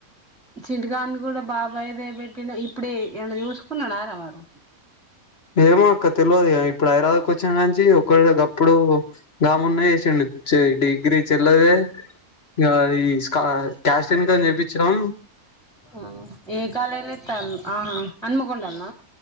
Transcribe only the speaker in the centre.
చింటూగాన్ని కూడా బాబాయ్దేబెట్ ఇక ఇప్పుడే ఏమన్న చూసుకున్నాడరా వాడు
ఆ ఏ కాలేజీల ఇత్తళ్ళు ఆహా హనుమకొండల్న